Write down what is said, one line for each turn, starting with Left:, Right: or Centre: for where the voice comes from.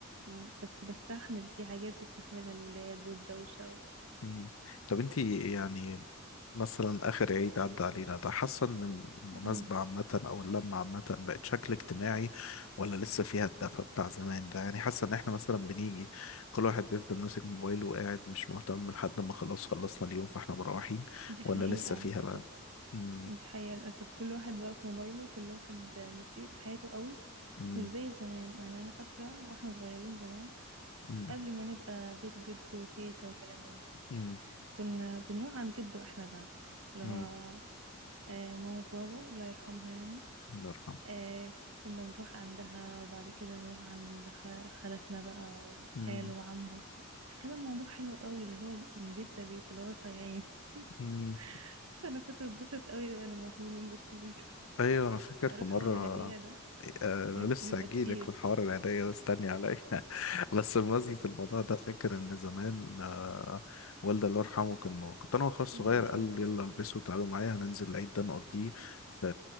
Right: مم، بس بستحمل في حاجات بستحملها الولاد والدوشة و...
Left: مم. طب انتي يعني مثلا آخر عيد عدى علينا ده حاسة إن المناسبة
Right: مم.
Left: عامة أو اللمة عامة بقت شكل اجتماعي ولا لسه فيها الدفى بتاع زمان ده يعني حاسة إن إحنا مثلا بنيجي كل واحد بيفضل ماسك موبايله وقاعد مش مهتم لحد ما خلاص خلصنا اليوم فإحنا مروحين
Right: دي
Left: ولا
Right: حقيقة
Left: لسه فيها
Right: للأسف
Left: بقى مم،
Right: دي حقيقة للأسف كل واحد بقى في موبايله وكل واحد مشي في حياته قوي
Left: مم،
Right: مش زي زمان يعني أنا فاكرة واحنا صغيرين زمان
Left: مم،
Right: قبل ما نبقى بيت جد وتيتا وكلام من ده
Left: مم،
Right: كنا بنروح عند جده احنا بقى اللي
Left: مم،
Right: هو آه، مامة بابا الله يرحمها يعني
Left: الله يرحمه
Right: آه، كنا بنروح عندها وبعد كده نروح عند خ- خالتنا بقى وخاله
Left: مم،
Right: وعمه فكان الموضوع حلو قوي اللي هو من بيت لبيت اللي هو صايعين
Left: مم.
Right: <laughs> فأنا كنت بتبسط قوي بقى لما ياخدوني من بيت لبيت
Left: ايوه انا فاكر
Right: <laughs> عارف
Left: في مره
Right: حوار العيدية ده
Left: آه، انا
Right: بيب-
Left: لسه
Right: بيبقى
Left: هجيلك
Right: كتير
Left: من حوار العيدية ده استني عليا <laughs> بس بمناسبة الموضوع ده فاكر ان زمان آه، والدي الله يرحمه كان كنت انا واخويا الصغير
Right: الله يرحمه
Left: قال لي يلا البسوا تعالوا معايا هننزل العيد ده نقضيه في